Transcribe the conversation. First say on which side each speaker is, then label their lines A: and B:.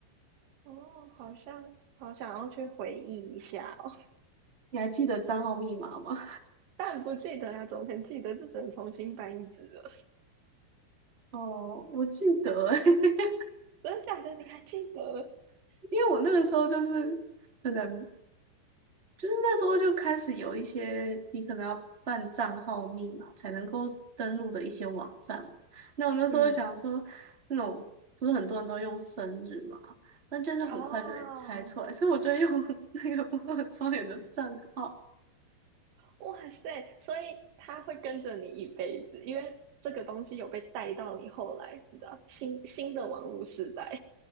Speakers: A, on the right; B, on the right.
A: 哦，好像好想要去回忆一下哦，
B: 你还记得账号密码吗？
A: <laughs> 但不记得啊，怎么可能记得？这只能重新搬一只了。
B: <laughs> 哦，我记得欸，<laughs>
A: <laughs> 真的假的？你还记得？
B: 因为我那个时候就是可能就是那时候就开始有一些你可能要办账号密码才能够登录的一些网站嘛。那我那时候想说，
A: 嗯，
B: 那种不是很多人都用生日嘛，那这样就很快就会猜出来，
A: 哦，
B: 所以我就用 <laughs> 那个摩尔庄园的账号。
A: 哇塞！所以它会跟着你一辈子，因为这个东西有被带到你后来，你知道，新新的网络时代。